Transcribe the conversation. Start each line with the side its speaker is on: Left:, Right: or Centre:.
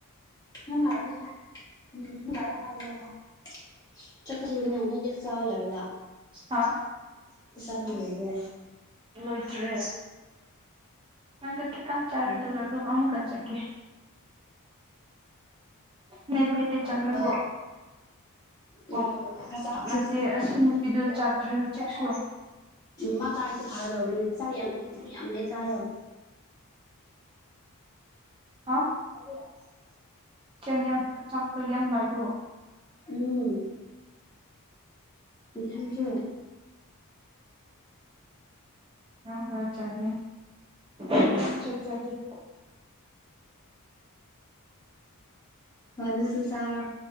Left: <unintelligible> ꯆꯠꯇꯔꯤꯅꯦ ꯅꯣꯏꯒꯤ ꯆꯥꯕ ꯂꯣꯏꯔꯕꯣ
Right: ꯍꯥꯥ
Left: ꯆꯥꯛ ꯆꯥꯕ ꯂꯣꯏꯔꯕ꯭ꯔꯣ
Right: ꯂꯣꯏꯗ꯭ꯔꯦ ꯅꯪꯇꯣ ꯈꯤꯇꯪ ꯆꯥꯔꯣ
Left: ꯎꯝ
Right: ꯗꯨꯒꯗꯨ ꯑꯃꯨꯛꯀ ꯆꯀꯦ ꯅꯦꯠ ꯀꯩꯀꯩ ꯆꯒ꯭ꯔꯕꯣ
Left: ꯍꯣꯏ ꯎꯝ
Right: ꯑꯣ
Left: ꯈꯔ ꯆꯥꯈ꯭ꯔꯤ
Right: ꯅꯠꯇꯦ ꯑꯁꯤ ꯅꯨꯄꯤꯗꯨ ꯆꯥꯛꯇ꯭ꯔꯤ ꯍꯨꯆꯤꯛꯁꯨ
Left: ꯃꯥ ꯆꯥꯔꯗꯤ ꯐꯥꯒꯗꯧꯕꯅꯦ ꯆꯥꯛ ꯌꯥꯝ ꯂꯩ ꯆꯥꯛ ꯌꯥꯝ ꯂꯩ ꯆꯥꯏꯌꯣ
Right: ꯑ
Left: <unintelligible>
Right: ꯆꯪ ꯌꯥꯝ ꯆꯥꯛꯇꯨ ꯌꯥꯝ ꯂꯩꯕ꯭ꯔꯣ
Left: ꯎꯝ ꯑꯦꯁꯥꯡꯁꯨ
Right: ꯑ ꯍꯣꯏ ꯆꯥꯒꯦ <unintelligible>
Left: ꯎꯝ ꯍꯣꯏ ꯅꯪꯁꯨ ꯆꯥꯔꯣ